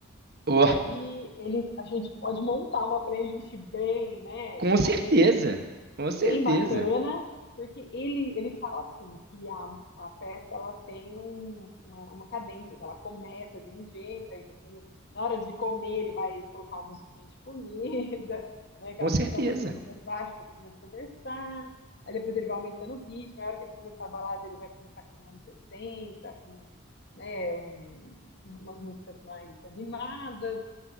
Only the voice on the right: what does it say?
ó.
Com
certeza,
com certeza,
com certeza.